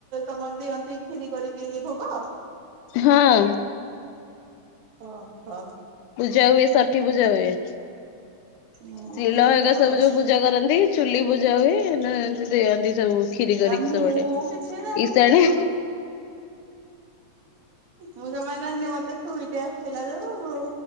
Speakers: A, on the right; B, on the left.
A: ତମର ଦିଅନ୍ତି ଖିରି କରିକି ଭୋଗ?
B: ହଁ।
A: ଅ ହ।
B: ପୂଜା ହୁଏ ଷାଠି ପୂଜା ହୁଏ।
A: ମୁଁ
B: ଶୀଲ
A: ଏତେ
B: ଏକା
A: କଥା
B: ସବୁ ଯୋଉ ପୂଜା କରନ୍ତି ଚୁଲି ପୂଜା ହୁଏ ଏମିତି ଦିଅନ୍ତି ସବୁ। ଖିରି
A: ଆ
B: କରିକି
A: ମୁଁ
B: ସବୁଆଡେ
A: କିଛି ଜାଣିନି
B: ଇସାଣେ।
A: ମୋର ମୁଁ ଜମା ଜାଣିନି‌ ମତେ ଶୁଇ ତେ ଆସିଥିଲା ଯୋଉ।